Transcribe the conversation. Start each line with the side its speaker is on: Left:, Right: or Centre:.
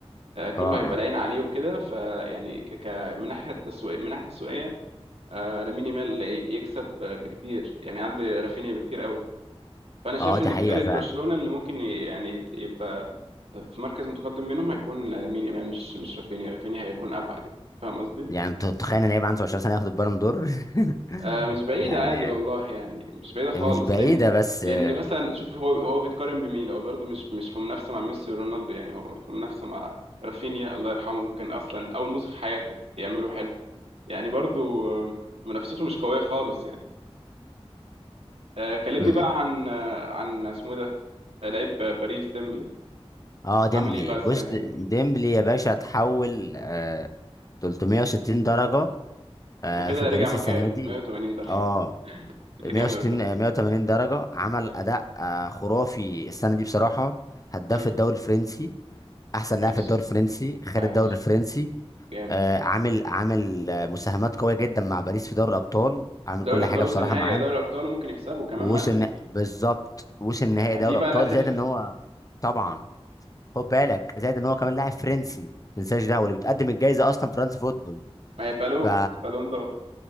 Right: آه، كله
Left: اه اه
Right: هيبقى العين عليه وكده فيعني ك... ك... من ناحيه التسويق من ناحيه التسويقيه آه، لامين يامال ي- يكسب آه، بكتير يعني عندي رافينيا بكتير قوي فانا شايف
Left: اه دي
Right: ان
Left: حقيقه
Right: فرقه
Left: فعلا
Right: برشلونه اللي ممكن ي- يعني يت- يبقى في مركز متقدم منهم هيكون لامين يامال مش مش رافينيا رافينيا هيكون ابعد يعني فاهم قصدي
Left: يعني انت تخيل ان لعيب عنده 10 سنه ياخد البالون دور <laughs>
Right: آه مش بعيدة
Left: يعني
Right: عادي والله يعني مش بعيدة خالص
Left: مش بعيده
Right: لأن
Left: بس
Right: لأن
Left: آه،
Right: مثلا شوف هو هو بيتقارن بمين هو برضه مش مش في منافسة مع ميسي ورونالدو يعني هو في منافسة مع رافينيا الله يرحمه كان أصلا أول موسم في حياته يعمله حلو يعني برضه آه، منافسته مش قوية خالص يعني آه كلمني
Left: امم
Right: بقى عن آه عن اسمه إيه ده آه، لعيب باريس ديمبلي
Left: اه ديمبلي
Right: عمل إيه بقى السنة
Left: بص
Right: دي
Left: د-
Right: ديمبلي
Left: ديمبلي يا باشا اتحول آه 360 درجه آه
Right: وكده
Left: في باريس
Right: رجع مكانه
Left: السنه دي
Right: 180 درجة
Left: اه
Right: <laughs> رجع
Left: 160
Right: 180
Left: آه، 180 درجه عمل
Right: أيوة.
Left: اداء آه خرافي السنه دي بصراحه هداف
Right: مم.
Left: الدوري الفرنسي احسن
Right: ماشي
Left: لاعب في الدوري الفرنسي خد
Right: عايش
Left: الدوري الفرنسي
Right: جامد
Left: آه عامل عامل آه، مساهمات قويه جدا مع باريس في دوري الابطال عامل
Right: دوري
Left: كل
Right: الابطال
Left: حاجه
Right: وصل
Left: بصراحه
Right: نهائي
Left: معاهم
Right: يا دوري الابطال وممكن يكسبه كمان
Left: ووصل
Right: مع الانتر
Left: بالظبط وصل نهائي
Right: يعني
Left: دوري
Right: دي بقى
Left: ابطال
Right: اللي هتفرق
Left: زائد ان هو طبعا خد بالك زائد ان هو كمان لاعب فرنسي ما تنساش ده واللي بتقدم الجائزه اصلا فرنسا فوتبول
Right: ما هي بالون
Left: ف
Right: بالون دور